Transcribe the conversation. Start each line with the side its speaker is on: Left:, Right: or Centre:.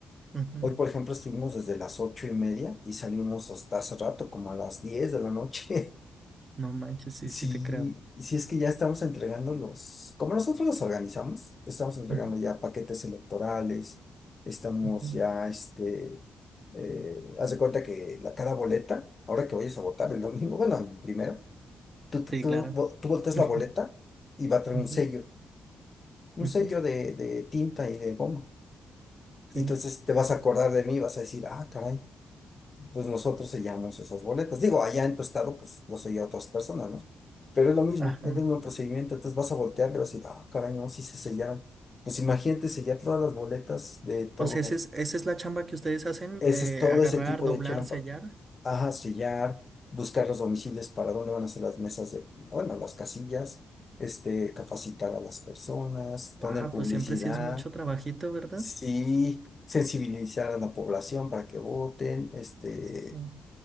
Right: Ujú.
Left: Hoy, por ejemplo, estuvimos desde las ocho y media y salimos hasta hace rato, como a las diez de la noche.
Right: No manches, sí,
Left: Sí,
Right: sí te creo.
Left: sí es que ya estamos entregando los, como nosotros los organizamos, estamos entregando
Right: Ujú,
Left: ya paquetes electorales, estamos
Right: ujú.
Left: ya, este, eh, haz de cuenta que la, cada boleta, ahora que vayas a votar el domingo, bueno, el primero, tú, tú,
Right: Sí,
Left: tú,
Right: claro.
Left: vo- tú volteas
Right: <laughs>
Left: la boleta y va a tener
Right: Ujú,
Left: un sello, un
Right: ujú,
Left: sello de, de tinta y de goma. Y
Right: Sí.
Left: entonces te vas a acordar de mí, vas a decir, ah, caray, pues nosotros sellamos esas boletas. Digo, allá en tu estado, pues lo sella otras personas, ¿no? Pero es lo mismo,
Right: Ajá.
Left: es el mismo procedimiento. Entonces vas a voltear y vas a decir, ah, caray, no, sí se sellaron. Pues imagínate sellar todas las boletas de todo
Right: O sea, esa es, esa es la chamba que ustedes hacen,
Left: ese,
Right: eh,
Left: todo
Right: agarrar,
Left: ese tipo
Right: doblar,
Left: de chelampa.
Right: sellar.
Left: Ajá, sellar, buscar los domicilios para dónde van a ser las mesas de, bueno, las casillas, este, capacitar a las personas, poner
Right: Ah,
Left: publicidad,
Right: pues siempre sí es mucho trabajito, ¿verdad?
Left: sí, sensibilizar a la población para que voten, este
Right: sí